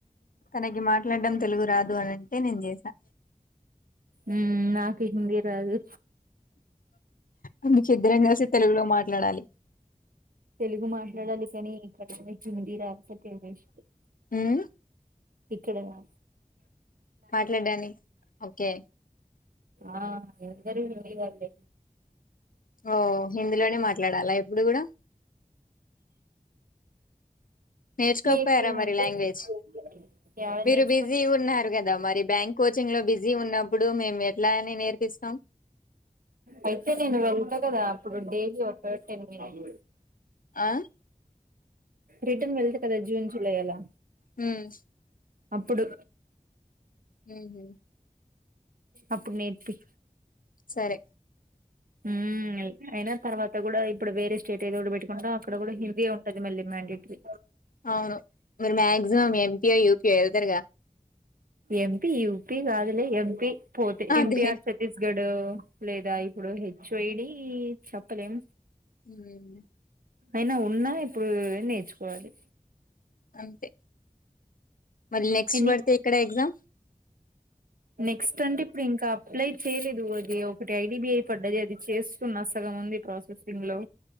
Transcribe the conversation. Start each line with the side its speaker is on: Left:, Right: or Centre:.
Left: తనకి మాట్లాడడం తెలుగు రాదు అని అంటే నేను చేసా
Right: ఉ నాకు హిందీరాదు
Left: అందుకే ఇద్దరం కలిసి తెలుగులో మాట్లాడాలి
Right: తెలుగు మాట్లాడాలి కానీ ఇక్కడ హిందీ రాకపోతే ఇంగ్లీషు
Left: హ్మ్మ్
Right: ఇక్కడనా
Left: మాట్లాడ్డాని ఓకే
Right: ఆ అందరూ హిందీ వల్లే
Left: ఓ హిందీలోనే మాట్లాడాలా ఇప్పుడు కూడా నేర్చుకోకపోయారా
Right: నేర్పియమంటే
Left: మరి లాంగ్వేజ్
Right: నేర్పియట్లేదు. యాడ
Left: మీరు
Right: నేర్చుకుని
Left: బిజీ ఉన్నారు కదా మరి బ్యాంక్ కోచింగ్ లో బిజీ ఉన్నప్పుడు మేము ఎట్లా నే నేర్పిస్తాం
Right: అయితే నేను వెళ్తా కదా అప్పుడు డైలీ ఒక టెన్ మినిట్
Left: ఆ
Right: రీటర్న్ వెళ్త కదా జూన్ జులై అలా
Left: హ్మ్మ్
Right: అప్పుడు
Left: హ్మ్మ్
Right: అప్పుడు నేర్పి
Left: సరే
Right: హుమ్మ్ అయినా తర్వాత కూడా ఇప్పుడు వేరే స్టేట్ ఏదో కూడా పెట్టుకుంటో అక్కడ కూడా హిందీ ఉంటది మళ్ళీ మ్యాండేటరీ
Left: అవును మీరు మాక్సిమం ఎంపీఓ యూపియో వెళ్తారుగా
Right: ఎంపీ యూపీ కాదులే ఎంపీ పోతే
Left: అదే
Right: ఎంపీ ఆ ఛత్తీస్గడ్ లేదా ఇప్పుడు హెచ్ వై డి చెప్పలేం
Left: హుమ్మ్
Right: అయినా ఉన్నా ఇప్పుడు నేర్చుకోవాలి
Left: అంతే మళ్ళీ నెక్స్ట్
Right: ఎన్ని
Left: పడితే ఏక్కడ ఎగ్జామ్
Right: నెక్స్ట్ అంటే ఇప్పుడు ఇంకా అప్లై చేయలేదు అది ఒకటి ఐడిబి అయి పడ్డది అది చే నా సగం ఉంది ప్రాసెసింగ్ లో